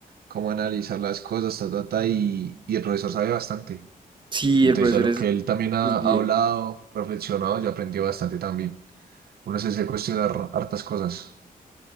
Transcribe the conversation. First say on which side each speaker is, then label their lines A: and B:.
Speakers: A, on the right (about 85°); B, on the right (about 30°).
A: como analizar las cosas, ta, ta, ta, y, y el profesor sabe bastante.
B: sí,
A: Entonces
B: el profesor
A: a lo
B: es,
A: que él también ha
B: es bien.
A: hablado, reflexionado, yo aprendí bastante también. Uno se hace cuestionar hartas cosas,